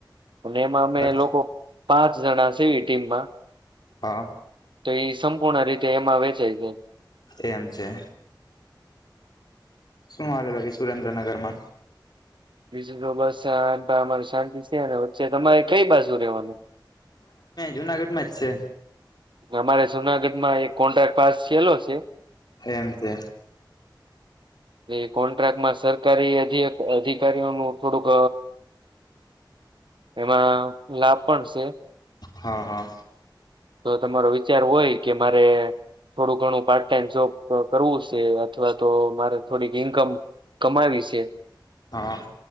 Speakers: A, on the right; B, on the left.
A: અને એમાં અમે
B: હા
A: લોકો પાંચ જણા સવી ટીમમાં
B: હા
A: તો ઈ સંપૂર્ણ રીતે એમાં વેચાઈ જાય.
B: એમ છે શું હાલે ભકી સુરેન્દ્રનગર માં?
A: બીજુ તો બસ આ અમારી શાંતિ છે અને વચ્ચે તમારે કઈ બાજુ રેવાનુ?
B: જુનાગઢ મા જ છે.
A: અમારે જુનાગઢમાં એક કોન્ટ્રાક્ટ પાસ થયલો છે
B: એમ છે
A: એ કોન્ટ્રાક્ટમાં સરકારી અધિ અધિક <unintelligible> થોડુંક એમાં લાભ પણ છે
B: હા હા
A: તો તમારો વિચાર હોય કે મારે થોડું ઘણું પાર્ટ ટાઈમ જોબ કરવું છે અથવા તો મારે થોડીક ઈન્કમ કમાવી છે
B: હા